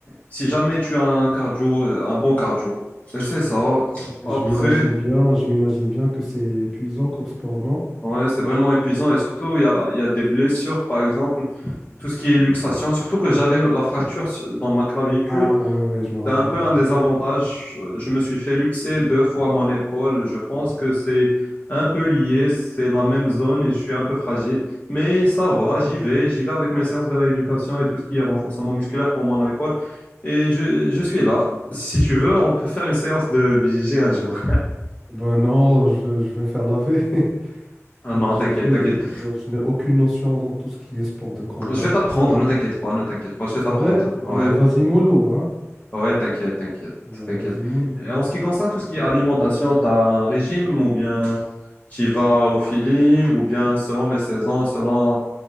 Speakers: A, on the left (about 30°); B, in the centre.
A: si jamais tu as un cardio, un bon cardio. Et c'est ça.
B: ouais.
A: Après.
B: Je m'imagine bien, je m'imagine bien que c'est épuisant comme sport, non?
A: Ouais, c'est vraiment épuisant et surtout, il y a, il y a des blessures, par exemple, tout ce qui est luxation, surtout que j'avais la fracture sur- dans ma clavicule,
B: Ah ouais, ouais, je me rappelle,
A: c'est un peu
B: ouais.
A: un désavantage. Je je me suis fait luxer deux fois mon épaule. Je pense que c'est un peu lié, c'est la même zone et je suis un peu fragile. Mais ça va, j'y vais, j'y vais avec mes séances de rééducation et tout ce qui est renforcement musculaire pour mon épaule. Et je, je suis là. Si tu veux, on peut faire une séance de BJJ un jour.
B: Ben non, je, je vais me faire laver. <laughs>
A: Ah
B: Euh,
A: non,
B: Je,
A: t'inquiète,
B: je n'ai
A: t'inquiète.
B: euh, ben, je n'ai aucune notion en tout ce qui est sport de combat,
A: Je vais
B: tout
A: t'apprendre,
B: ça.
A: ne t'inquiète pas, ne t'inquiète pas, je vais
B: C'est
A: t'apprendre.
B: vrai,
A: Ouais,
B: mais vas-y mollo, hein?
A: ouais, t'inquiète, t'inquiète,
B: Va-
A: t'inquiète.
B: Vas-y mollo.
A: Et en ce qui concerne tout ce qui est alimentation, tu as un régime ou bien tu y vas au feeling ou bien selon les saisons, selon